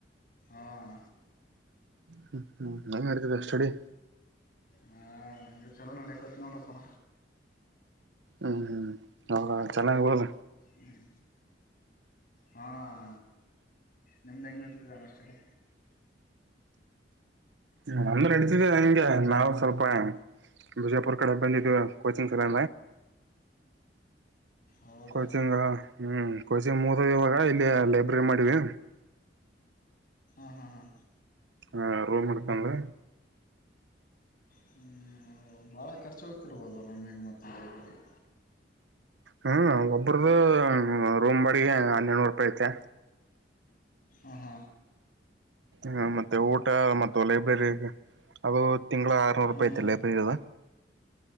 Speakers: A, on the left; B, on the right.
A: ಹಣ
B: ಹ್ಮ ಹ್ಮ್ ನ ಮತದೆ ಅಷ್ಟುಡಿ
A: ಹಾ ಇ ಚಲೋ ನಡ ಕೊ ತಿನಟಪ್ಪಣ
B: ಹ್ಮ್ ಹ್ಮ್ ಹೌ ಚೆನ್ನಾಗ್ಬೋದ
A: ಹ್ಮ ಹಾಣ ನಿಮ್ದ ಹೆಂಗ್ ಇಡ್ತದಣ ಅಷ್ಟಡೆ
B: ಹ ಅಂದ್ರೆ ಎಡತಿದ ನಾವು ಸ್ವಲ್ಪ ಬಿಜಾಪುರ್ ಕಡೆ ಬಂದಿದೇವಿ ಕೋಚಿಂಗ್ ಸಲ
A: ಹೌದಾ
B: ಕೋಚಿಂಗ ಹ್ಮ್ ಕೋಚಿಂಗ್ ಮೂದದ ಇವಾಗ ಇಲ್ಲಿ ಲೈಬ್ರರಿ ಮಾಡಿವಿ
A: ಹಾ ಹಾ ಹಾ
B: ಹಾ ರೋಲ್ ಮಾಡ್ಕಂದ್ರ
A: ಹ್ಮ್ ಹ ಭಾಳ ಖರ್ಚು ಹೋಗ್ತಿರ್ಬೋದು ಅವರು ಒಮೆಗೆ ಮತ್ತುತ್ತ ಬೆಳಗರಿಗೆ
B: ಹ್ಮ್ ಒಬ್ರ್ದ ರೂಮ್ ಬಾಡಿಗೆ ಹನ್ನೆಡುನೂರು ರೂಪಾಯಿ ಐತೆ
A: ಹ ಹಾ
B: ಹ ಮತ್ತೆ ಊಟ ಮತ್ತು ಲೈಬ್ರರಿ ಅದು ತಿಂಗಳ ಆರ್ನೂರು
A: ಹ್ಮ್
B: ರೂಪಾಯಿ ಐತಲ್ಲ ಬ್ರೀದ